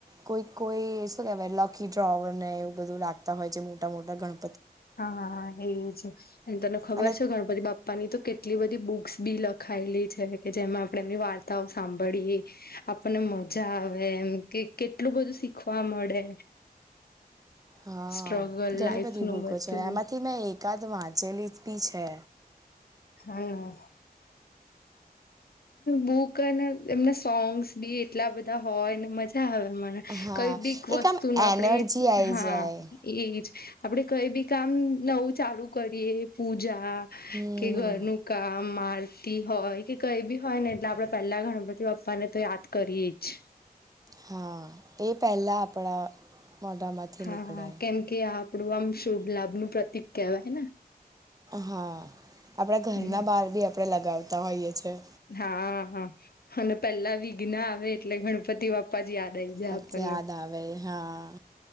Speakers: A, on the right; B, on the left.
A: કોઈ કોઈ શું કેહેવાય લકી ડ્રોવર ને એવું બધું રાખતા હોય છે મોટા મોટા ગણ
B: હા હા હા એ છે અને તને ખબર
A: અને
B: છે ગણપતિ બાપ્પા ની તો કેટલી બધી બુક્સ બી લખાયેલી છે કે જેમાં આપણે એમની વાર્તા વાર્તા ઓ સાંભળએ આપણને મજા આવે એમ કે કેટલું બધું શીખવા મળે
A: હા
B: સ્ટ્રગલ
A: ઘણી
B: લાઈફ
A: બધી
B: નું
A: બૂકો
B: બધું
A: છે એમાંથી મેં એકાદ વાંચેલી બી છે.
B: હમ્મ બુક અને એમના સોંગ્સ બી એટલા બધા હોય ને મજા આવે મને.
A: હા
B: કઈ બીક વસ્તુ
A: એક આમ
B: નો આપડે
A: એનર્જી આવી
B: હા
A: જાય
B: એજ આપડે કઈ બી કામ નવું ચાલુ કરીએ પૂજા
A: હમ
B: કે ઘરનું કામ આરતી હોય કે કઈ બી હોય ને એટલે આપડે પેલા ગણપતિબાપ્પાને તો યાદ કરીએ જ.
A: હા, એ પહેલાં આપણા મોઢામાંથી
B: હા,
A: નીકળે
B: કેમ કે આપડું આમ શુભ લાભનું પ્રતિક કેહેવાય ને.
A: હા, આપણા ઘરના
B: હમ
A: બહાર બી આપણે લગાવતા હોઈએ છીએ.
B: હા, હા અને પેલા વિઘ્ન આવે એટલે ગણપતિ ગનપતિબાપા જ યાદ આઇ જાય જ
A: પછી
B: આપણ
A: યાદ
B: ન
A: આવે હા